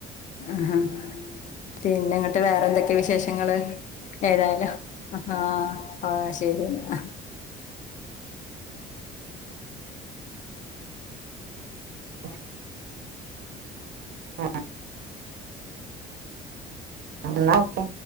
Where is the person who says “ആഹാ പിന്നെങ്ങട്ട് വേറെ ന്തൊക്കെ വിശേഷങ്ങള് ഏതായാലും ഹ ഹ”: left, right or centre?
Left